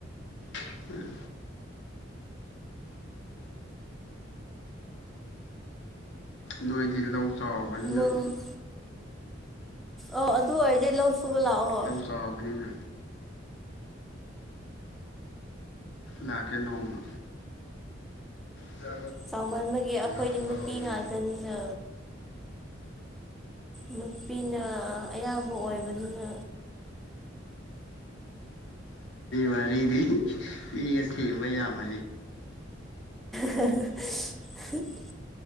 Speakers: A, on the left (about 65°); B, in the centre.
A: ꯎꯝ ꯅꯣꯏꯗꯤ ꯂꯧ ꯆꯥꯎꯕꯅꯤꯅꯥꯛ
B: ꯃꯣꯔꯣꯛ ꯑꯣ ꯑꯗꯨ ꯑꯣꯏꯔꯗꯤ ꯂꯧ ꯁꯨꯕ ꯂꯥꯛꯑꯣ
A: ꯂꯎ ꯆꯥꯕꯅꯤꯅ ꯂꯥꯛꯀꯦ ꯅꯣꯡꯃ ꯆ
B: ꯆꯥꯎꯃꯟꯕꯒꯤ ꯑꯩꯈꯣꯏꯗꯤ
A: ꯂ ꯥꯟꯗ
B: ꯅꯨꯄꯤ
A: ꯍ ꯂ
B: ꯉꯥꯛꯇꯅꯤꯅ ꯅꯨꯄꯤꯅ ꯑꯌꯥꯝꯕ ꯑꯣꯏꯕꯅꯤꯅ
A: ꯋꯥꯔꯤꯔꯤꯗꯤ ꯐꯒ ꯊ ꯌꯥꯕ
B: <unintelligible>